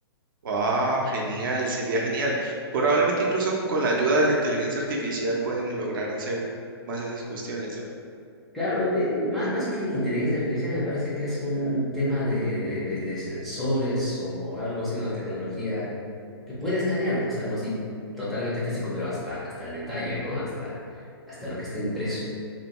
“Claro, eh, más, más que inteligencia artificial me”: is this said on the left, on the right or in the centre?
Centre